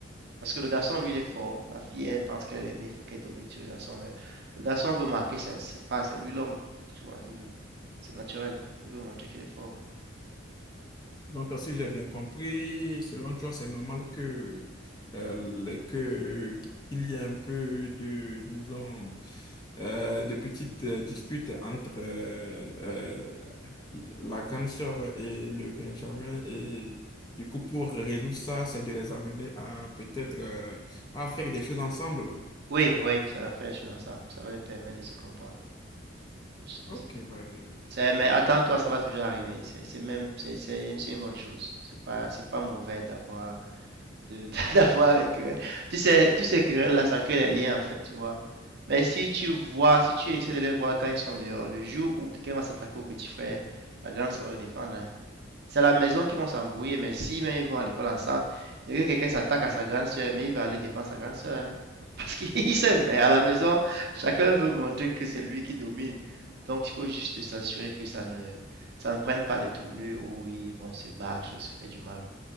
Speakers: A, on the right; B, on the left.
A: Parce que le garçon, lui, il est fort. La fille, elle pense qu'elle est née, il faut qu'elle domine sur le garçon. Mais le garçon veut marquer, ça, c'est pas, c'est lui l'homme. Tu vois, il veut, c'est naturel. Il veut montrer qu'il est fort.
B: Donc, si j'ai bien compris, selon toi, c'est normal que, euh, les- que, qu'il y ait un peu de, disons, euh, de petites euh, disputes entre euh, La grande sœur et le Benjamin. Et du coup, pour résoudre ça, c'est de les amener à peut-être euh, à faire des choses ensemble.
A: Oui, oui, ça va faire les choses ensemble. Ça va les permettre de se comprendre. Faire les choses
B: Ok,
A: ensemble.
B: bah, je-
A: mais attends-toi, ça va toujours arriver. C'est même, c'est- c'est une bonne chose. C'est pas, c'est pas mauvais d'avoir. de, <laughs> d'avoir les querelles. Tu sais, tous ces querelles-là, ça crée les liens, en fait, tu vois. Mais si tu vois, si tu essaies de les voir quand ils sont dehors, le jour où quelqu'un va s'attaquer au petit frère, la grande sœur va le défendre. hein. C'est à la maison qu'ils vont s'embrouiller, mais si même ils vont à l'école ensemble, et que quelqu'un s'attaque à sa grande sœur, mais il va aller défendre sa grande sœur. hein. Parce qu'ils <laughs> s'aiment, mais à la maison, chacun veut montrer que c'est lui qui domine. Donc il faut juste s'assurer que ça ne, ça ne prenne pas des tournures où ils vont se battre, se faire du mal.